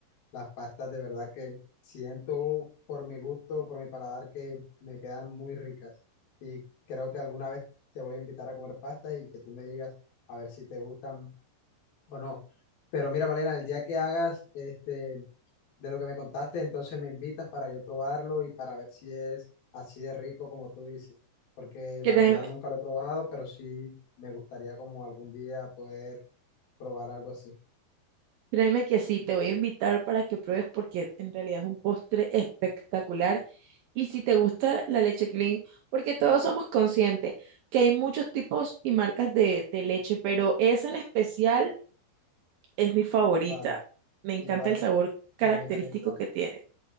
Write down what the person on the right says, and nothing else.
Que
te-
Créeme que sí, te voy a invitar para que pruebes porque en realidad es un postre espectacular. Y si te gusta la leche clean, porque todos somos conscientes que hay muchos tipos y marcas de, de leche, pero esa en especial es mi favorita.
Me encanta
el sabor característico
que tiene.